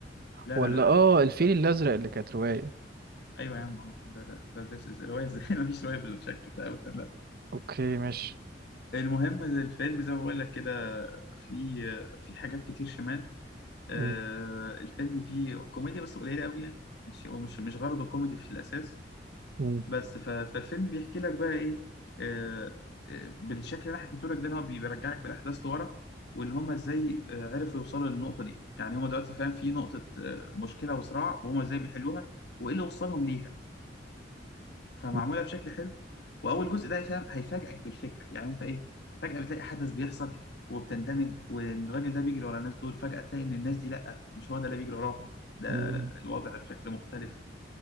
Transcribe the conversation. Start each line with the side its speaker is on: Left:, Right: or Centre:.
Left: لا
Right: ولا
Left: لا لا لا
Right: اه
Left: لا.
Right: الفيل الازرق اللي كانت رواية
Left: أيوة يا عم لا لا لا لا إزاي رواية إزاي <laughs> مفيش رواية بالشكل ده أبدا لا
Right: اوكي ماشي
Left: المهم الفيلم زي ما بقول لك كده في في حاجات كتير شمال آه،
Right: مم،
Left: الفيلم فيه كوميديا بس قليلة قوي يعني مش هو مش مش غرضه كوميدي في الأساس
Right: مم،
Left: بس ف- فالفيلم بيحكي لك بقى ايه آه، آه، بالشكل اللي انا حكيته لك ده ان هو بيرجعك بالاحداث لورا وان هما ازاي آه، عرفوا يوصلوا للنقطه دي يعني هما دلوقتي فاهم في نقطه آه، مشكله وصراع وهما ازاي بيحلوها وايه اللي وصلهم ليها فمعموله
Right: مم،
Left: بشكل حلو واول جزء ده فاهم هيفاجئك بالفكره يعني انت ايه فجاه بتلاقي حدث بيحصل وبتندمج والراجل ده بيجري ورا الناس دول فجاه تلاقي ان الناس دي لا مش هو ده اللي بيجري وراهم ده
Right: مم.
Left: الوضع بشكل مختلف